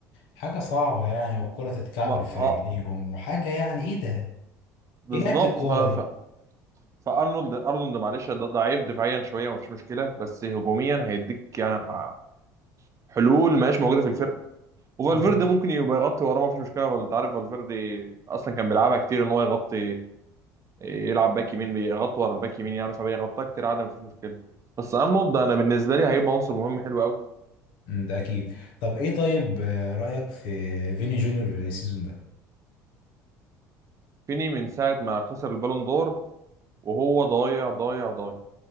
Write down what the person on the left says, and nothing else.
حاجه صعبه يعني والكره تتكعبل
في
رجليهم وحاجه يعني ايه ده
ايه لعبه الكوره
دي
امم
امم ده اكيد طب ايه طيب آه، رايك في فيني جونيور السيزون ده